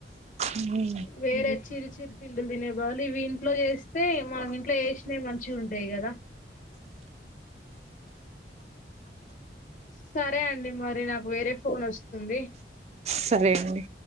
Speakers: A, on the right (about 35°); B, on the left (about 45°).
A: ఉం
B: వేరే చిరు చిరు పిండులు తినే బదులు ఇవి ఇంట్లో ఏస్తే మనం ఇంట్లో ఏసినవి మంచిగుంటయి గదా సరే అండి మరి నాకు వేరే ఫోన్ ఒస్తుంది
A: సరే అండి